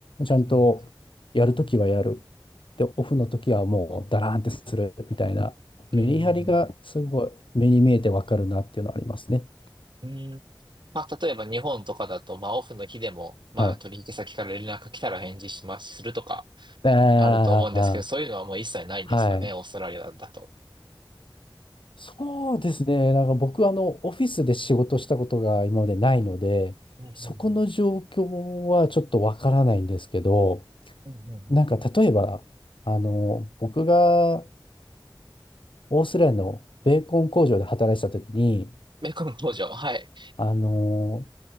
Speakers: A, on the left (about 80°); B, on the right (about 65°).
A: ちゃんと
B: うん、
A: やるときはやる。で、オフのときはもうダラーンってするみたいな、
B: うん、
A: メリハリがすごい目に見えてわかるなっていうのはありますね。
B: うん、うん、うん、まあ、例えば日本とかだと、まあ、オフの日でも、まあ、
A: はい。
B: 取引先から連絡来たら返事します、するとか
A: ああ、
B: あると思うんですけど、そういうのはもう一切ないんですかね、
A: はい。
B: オーストラリアだと。
A: そうですね。なんか僕、あの、オフィスで仕事したことが今までないので、
B: うんうんうん。
A: そこの状況はちょっとわからないんですけど、
B: うんうんうん。
A: なんか例えば、あの、僕がオーストラリアのベーコン工場で働いてた時に、
B: メコン工場、はい。
A: あの、